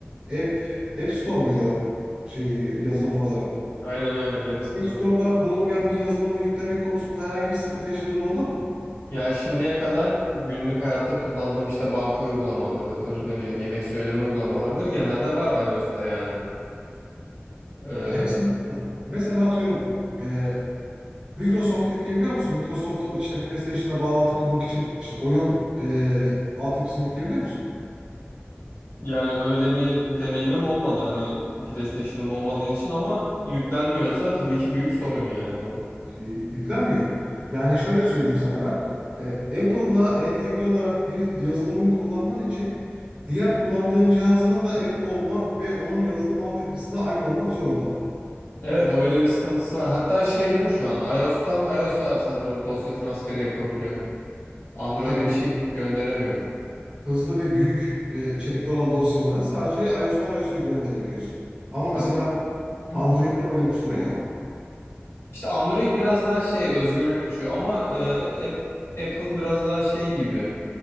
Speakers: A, on the right; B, on the left.
A: App App Store muydu şey yazılım pazarı?
B: Aynen aynen App Store
A: App Store'da
B: abi.
A: bulunmayan bir yazılımı yüklemek konusunda herhangi bir sıkıntı yaşadığın oldu mu?
B: Ya şimdiye kadar günlük hayatta kullandığım işte banka uygulamalarıdır, ne bileyim yemek söyleme uygulamalarıdır. Genelde var iOS'ta yani. Ee,
A: Ya hepsi oldu. Mesela atıyorum e, Microsoft yükleyebiliyor musun? Microsoft'un işte PlayStation'a bağlantı kurmak için işte oyun e, altyapısını yükleyebiliyor musun?
B: yani öyle bir deneyimim olmadı hani PlayStation'ım olmadığı için ama yüklenmiyorsa tabii ki büyük sorun yani bu.
A: Yük- Yüklenmiyor. Yani şöyle söyleyeyim sana ben. E, Apple'la entegre olarak bir yazılımı kullanman için diğer kullandığın cihazının da Apple olmak ve onun yazılım altyapısına aynı olmak zorunda.
B: Evet öyle bir sıkıntısı var. Hatta şey değil mi şu an? iOS'tan iOS'a sanırım dosya transferi yapabiliyorsun. Android'e
A: Tabii
B: bir şey gönderemiyorsun.
A: hızlı ve büyük e, içerikte olan dosyaları sadece iOS'tan iOS'a gönderebiliyorsun. Ama
B: Ya,
A: mesela
B: <clears throat>
A: Android'de böyle bir sorun yok.
B: işte Android biraz daha şey özgürlükçü ama e, Ap- Apple biraz daha şey gibi.